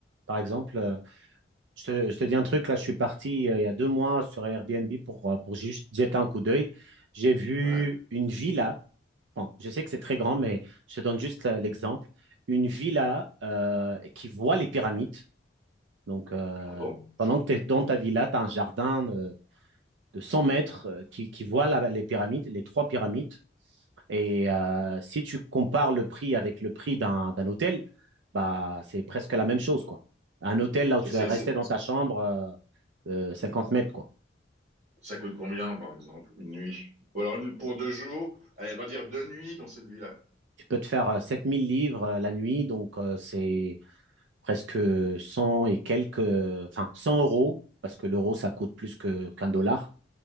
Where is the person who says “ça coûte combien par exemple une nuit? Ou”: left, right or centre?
Right